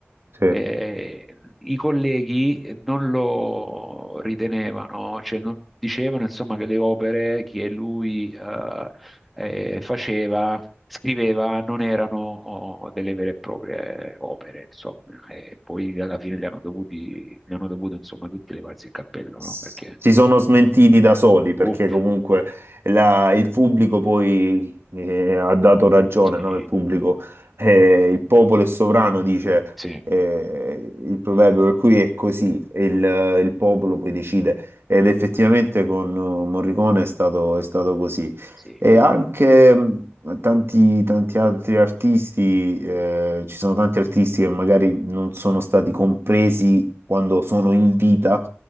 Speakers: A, on the right; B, in the centre.
A: sì.
B: eh, i colleghi non lo ritenevano, cioè non- dicevano insomma che le opere che lui eh, eh, faceva, scriveva, non erano oh, delle vere e proprie opere, insomma, e poi alla fine gli hanno dovuti, gli hanno dovuto, insomma, tutti levarsi il cappello,
A: si
B: no? Perché,
A: sono smentiti da soli perché
B: uff,
A: comunque la- il pubblico poi eh, ha dato ragione,
B: sì,
A: no? Il pubblico, eh, il popolo è sovrano, dice
B: sì,
A: eh, il proverbio, per cui è così, il, il popolo poi decide ed effettivamente con eh, Morricone è stato, è stato così.
B: sì,
A: E anche mh, tanti, tanti altri artisti, eh, ci sono tanti artisti che magari non sono stati compresi quando sono in vita